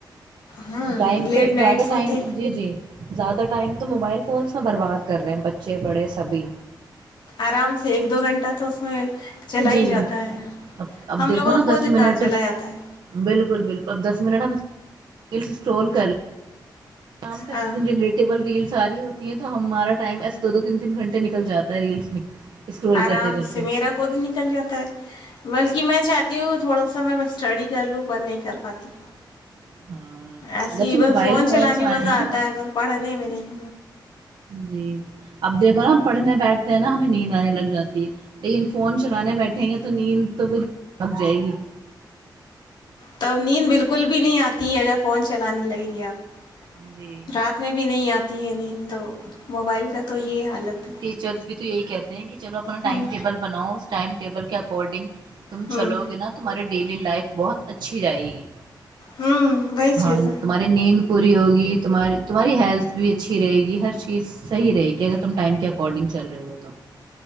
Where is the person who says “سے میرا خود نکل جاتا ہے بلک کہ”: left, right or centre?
Left